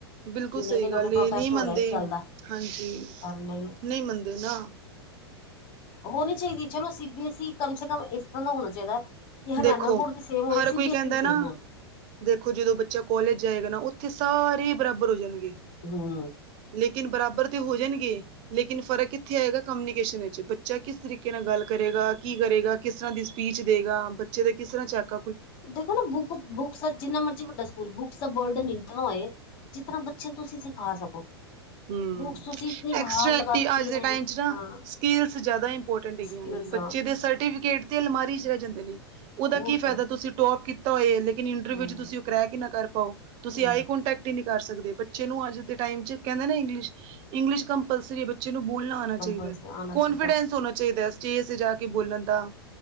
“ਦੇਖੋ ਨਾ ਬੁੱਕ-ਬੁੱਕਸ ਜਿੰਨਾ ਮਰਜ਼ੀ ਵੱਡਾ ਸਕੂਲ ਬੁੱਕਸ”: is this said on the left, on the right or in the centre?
Left